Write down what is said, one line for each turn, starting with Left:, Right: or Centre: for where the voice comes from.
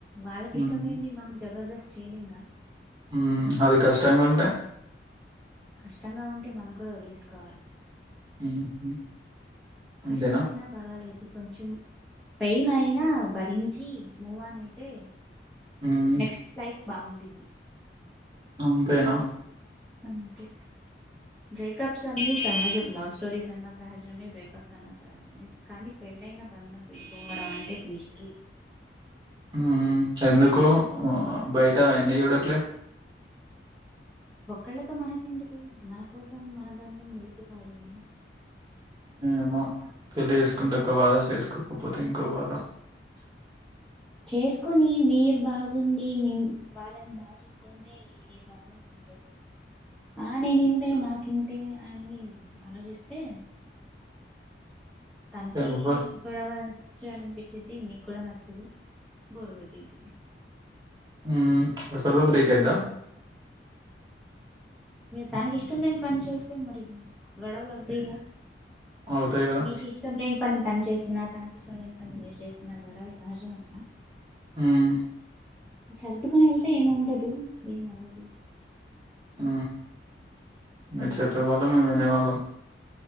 Centre: వాళ్ళకి ఇష్టం
Right: మ్మ్
Centre: లేది మనం జబర్దస్త్ చేయలింగా
Right: ఉ అది కష్టంగా ఉంటే
Centre: కష్టంగా ఉంటే మనం కూడా వదిలేసుకోవాలి
Right: హ్మ్ హ్మ్ అంతేనా
Centre: కష్టమైనా పర్వాలేదు కొంచెం పెయిన్ అయినా భరించి మూవాన్ అయితే
Right: మ్మ్
Centre: నెక్స్ట్ లైఫ్ బాగుండిద్ది
Right: అంతేనా
Centre: అంతే బ్రేకప్స్ అన్ని సహజం లాస్ట్ లొ స్టోరీస్ అన్నా సహజమే బ్రేకప్స్ అన్నా సహజమే కానీ పెళ్ళైన బంధం విడిపోవడం అంటే మిస్టరీ <inaudible>
Right: మ్ హూ ఎందుకో బయటా ఎన్ని చూడట్లే
Centre: ఒకళ్ళతో మనకెందుకు మన కోసం మన బంధం నిలుపుకోవాలి అని
Right: ఏమో పెళ్లి చేేసుకుంటే ఒక్క బాధ చేసుకోకపోతే ఇంకో బాధ.
Centre: చేసుకొని మీరు బాగుండి వాళ్ళని బాగా చూసుకుంటే ఏ ప్రాబ్లమ్ <inaudible> ఆ నేనింతే నాకి ఇంతే అని ఆలోచిస్తే తనకి
Right: యబ్బా
Centre: గొడవ పడడం చేయాలనిపించిది మీకు కూడా నచ్చదు బోరు కొట్టింది
Right: హ్మ్ వచ్చేలోపు వీక్ అయిద్దా
Centre: తనకి ఇష్టం లేని పని చేస్తే మరి గొడవలు అవుతాయా
Right: అవుతాయి కదా
Centre: మీకు ఇష్టం లేని పని తను చేసినా తనకి ఇష్టం లేని పని మీరు చేసిన గొడవలు సహజమే కదా
Right: హ్మ్
Centre: సర్దుకుని వెళ్తే ఏమ ఉండదు ఏమవ్వదు
Right: ఉ మీరు చెప్పే వాళ్ళం మేము వినేవాళ్ళం.